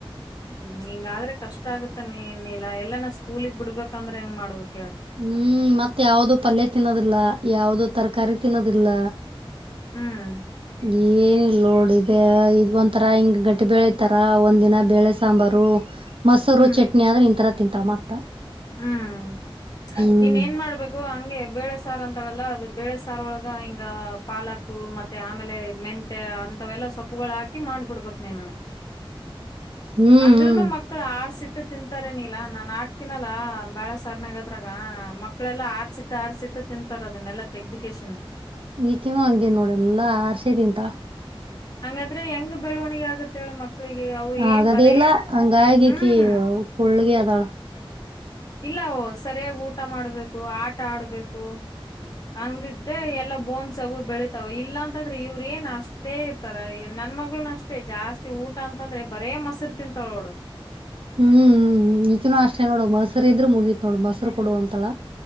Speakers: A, on the left (about 40°); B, on the right (about 70°).
A: ಹ್ಮ್ ಹಿಂಗಾದ್ರೆ ಕಷ್ಟ ಆಗುತ್ತ ನೀನಲ್ಲಲ್ಲ ಎಲ್ಲ ನಾ ಸ್ಕೂಲಗ್ ಬಿಡ್ಬೇಕಂದ್ರೆ ಹೆಂಗ ಮಾಡ್ಬೇಕು
B: ಹ್ಮ್ ಮತ್ ಯಾವ್ದ ಪಲ್ಯ ತಿನ್ನೋದಿಲ್ಲ ಯಾವ್ದ ತರಕಾರಿ ತಿನ್ನೋದಿಲ್ಲ
A: ಹ್ಮ್
B: ಈ ಇ ನೋಡ್ ಇ ಇದ ಒಂಂತರಾ ಹಿಂಗ ಗಟ್ಟಿ ಬೆಳಿತಾರ ಒಂದ್ ದಿನ ಬೇಳೆ ಸಾಂಬಾರು ಮಸೂರು
A: ಹ್ಮ್
B: ಚಟ್ನಿ ಆದ್ರೆ ಇಂಥರ ತಿಂತಾರೆ ಮತ್ತ
A: ಹ್ಮ್
B: ಹ್ಮ್
A: ನೀನ್ ಏನ್ ಮಾಡ್ಬೇಕು ಹಂಗೆ ಬೇಳ ಸಾರ್ ಅಂತಳಲ್ಲ ಅದು ಬೇಳೆ ಸಾರ್ ಒಳಗ ಹಿಂಗ ಪಾಲಕ ಮತ್ತೆ ಆಮೇಲೆ ಮೆಂತೆ ಅಂತವೆಲ್ಲ ಸೊಪ್ಪುಗಳು ಹಾಕಿ ಮಾಡ್ಬಿಡ್ಬೇಕ ನೀನು
B: ಹ್ಮ್
A: ಅಂದ್ರನು
B: ಹ್ಮ್
A: ಮಕ್ಕಳ ಆಸಿ ತಿಂತಾರೆ ನೀಲಾ ನಾ ಅಕ್ತಿನಿ ತಿಲ್ಲಾಲ ಬೆಲೆ ಸಾರ್ನಾಗದ್ರಾಗ ಮಕ್ಕಳೆಲ್ಲಾ ಆರ್ಸಿಟ್ಟ ಆರ್ಸಿಟ್ಟು ತಿಂತಾರ ಅದನ್ನೆಲ್ಲಾ ತೆಗ್ದಿಕೇಶನ್
B: ಈಕೇನು ಹಂಗೇ ನೋಡು ಎಲ್ಲಾ ಹಾರಿಸಿ ತಿಂತಲಾ
A: ಹಂಗಾದ್ರೆ ಹೆಂಗ ಬೆಳವಣಿಗೆ ಆಗತ್ತ ಹೇಳು ಮಕ್ಕ ಮಕ್ಕಳಿಗೆ ಅವ್ರು ಏನ್
B: ಆಗದಿಲ್ಲ
A: ಬರೇ
B: ಹಂಗಾಗಿಕಿ
A: ಹ್ಮ್
B: ಕುಳ್ಳಗೆ ಅದಾಳ
A: ಇಲ್ಲಾ ಸರಿಯಾಗಿ ಊಟ ಮಾಡ್ಬೇಕು ಆಟ ಆಡ್ಬೇಕು ಹಂಗಿದ್ರೆ ಎಲ್ಲ ಬೋನ್ಸ್ ಅವು ಬೆಳಿತಾವ ಇಲ್ಲಾ ಅಂತಂದ್ರೆ ಇವ್ರ ಏನ್ ಅಷ್ಟೇ ಇರ್ತಾರೇ ನನ್ ಮಗಳನು ಅಷ್ಟೇ ಜಾಸ್ತಿ ಊಟ ಅಂತಂದ್ರೆ ಬರೇ ಮೊಸರು ತಿಂತಾಳೋಡು
B: ಹ್ಮ್ ಹ್ಮ್ ಈಕಿನೂ ಅಷ್ಟೇ ನೋಡು ಮೊರುಸು ಇದ್ರೆ ಮುಗೀತ್ ನೋಡು ಮೊಸರು ಕೊಡ ಅಂತಲ